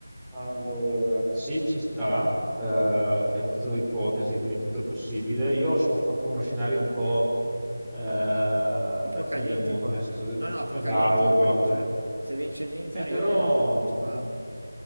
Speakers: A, in the centre; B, on the right (about 70°).
A: Allora, se ci sta, eh, stiamo facendo ipotesi, quindi tutto è possibile. Io ho, ho fatto uno scenario un po' eh,
B: Apocalittico.
A: da fine del mondo, nel senso,
B: No, no, apocalittico
A: è bravo proprio.
B: perché cioè, se vince l'Inter
A: E però
B: io mi mi sparo.